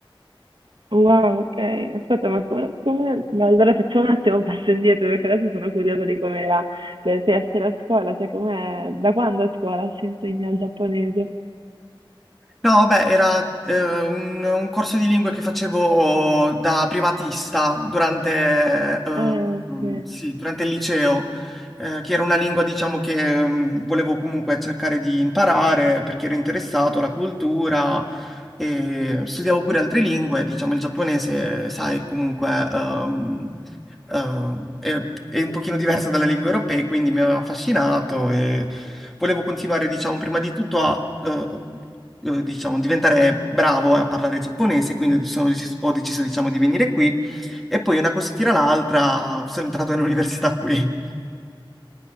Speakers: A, on the right; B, in the centre.
A: wow, ok. Aspetta, ma come, come- ma allora facciamo un attimo un passo indietro perché adesso sono curiosa di com'era per te essere a scuola, cioè com'è, da quando a scuola si insegna il giapponese?
B: No, beh, era eh, un, un corso di lingue che facevo da privatista durante, eh,
A: Ah, ok.
B: mm, sì, durante il liceo, eh, che era una lingua, diciamo, che mm, volevo comunque cercare di imparare perché ero interessato alla cultura e studiavo pure altre lingue, diciamo, il giapponese, sai, comunque ehm, ehm, è, è un pochino diverso dalle lingue europee, quindi mi aveva affascinato e volevo continuare, diciamo, prima di tutto a... eh, eh, diciamo, diventare bravo a parlare giapponese, quindi sono decis- ho deciso, diciamo, di venire qui e poi una cosa tira l'altra, sono entrato all'università qui.